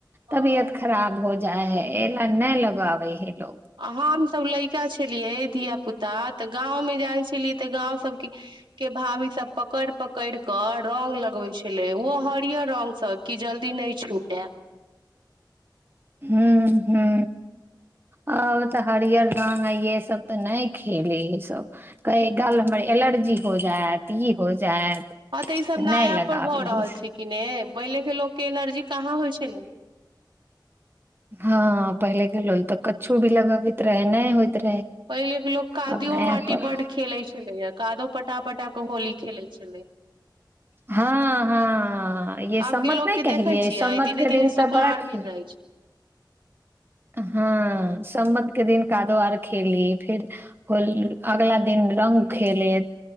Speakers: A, on the right (about 85°); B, on the right (about 30°).
A: हँ
B: तबियत खराब हो जा जाय हय एना नहि लगाबै हय लोको।
A: हम सब लै चा छेलियै धिया पुता तऽ तऽ गांव में जाय छलियै तऽ गांव सब के भाभी सब पकड़ि पकड़ि कऽ रंग लगबे छले ओहो हरियर रंग सब की जल्दी न छूटे
B: ह ह अ तऽ हरियर रंग यै सब तऽ नहि खेले सब कह गाल हमर एलर्जी हो जायत ई हो जायत
A: हँ तऽ ई सभ नया
B: नहि लगाबी
A: पर भऽ रहल
B: हइ
A: छै कि ने पहिले के लोक के एलर्जी कहाँ होइ छलै
B: हँ पहिले के लोक तऽ कुछो भी लगबैत रहे नहि होइत रहे
A: पहिलेके लोक कादो
B: अब नया
A: माटी
B: पर
A: बड्ड खेलैत छलैए कादो पटा पटा कऽ होली खेलैत छलै
B: हँ हँ ये सम्मत
A: आब के लोकके
B: नहि कहलियै
A: देखै छियै
B: सम्मत
A: दिने
B: के दिन
A: दिने सुकुमार
B: तऽ बड़ा खे
A: भेल जाइत छै
B: हँ सम्मतके दिन कादो आर खेलली फेर होल अगला दिन रंग खेलैत